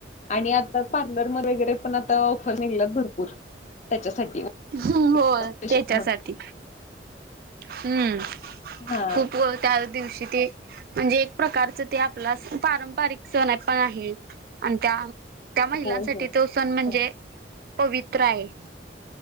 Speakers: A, on the left (about 40°); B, on the right (about 50°).
A: आणि आता पार्लर म वगैरे पण आता ऑफर निघला भरपूर त्याच्यासाठी.
B: हो हो
A: स्पेशल
B: त्याच्यासाठी.
A: म्हणून.
B: हम्म
A: हा
B: खूप ग त्या दिवशी ते म्हणजे एक प्रकारचं ते आपला पारंपारिक सण पण आहे आणि त्या त्या महिलांसाठी
A: होय होय.
B: तो सण म्हणजे
A: हा,
B: पवित्र आहे.